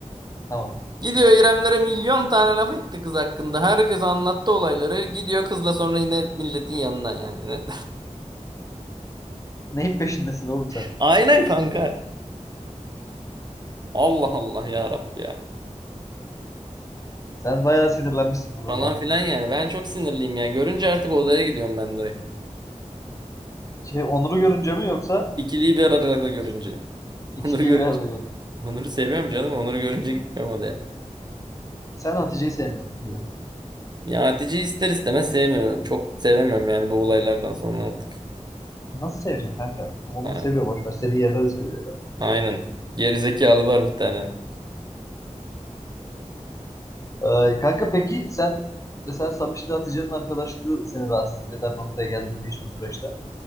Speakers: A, on the left; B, on the right.
A: Tamam.
B: Gidiyor İremlere milyon tane laf etti kız hakkında. Herkes anlattı olayları. Gidiyor kızla sonra yine milletin yanına yani. Ne-
A: Neyin peşindesin oğlum
B: <laughs>
A: sen?
B: Aynen kanka. Allah Allah ya Rabbi ya.
A: Sen bayağı sinirlenmişsin bu duruma.
B: Falan filan yani. Ben çok sinirliyim ya. Görünce artık odaya gidiyorum ben direkt.
A: Şey Onur'u görünce mi yoksa
B: İkiliyi bir arada görünce.
A: ik-
B: <laughs> Onur'u
A: ikiliyi
B: görünce.
A: bir arada görün.
B: Onur'u seviyorum canım. Onur'u görünce gitmiyorum odaya.
A: Sen Hatice'yi sevmiyorsun diyor.
B: Ya Hatice'yi ister istemez sevmiyorum. Çok sevemiyorum yani bu olaylardan sonra artık.
A: Nasıl seveceksin kanka? Onur
B: A-
A: seviyor boş ver. Seni yerine de seviyor.
B: Aynen. Gerizekalılar bir tane.
A: Ee, kanka peki sen mesela Samiş'le Hatice'nin arkadaşlığı seni rahatsız eden noktaya geldi mi hiç bu süreçte?